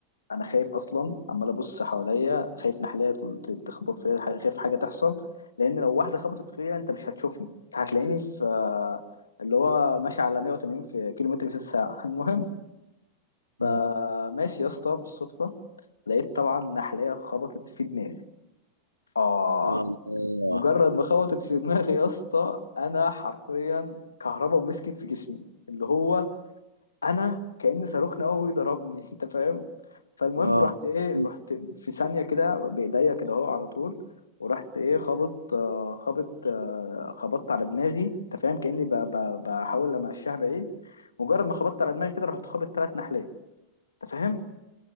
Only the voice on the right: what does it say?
مم.
يا الله
اه
يا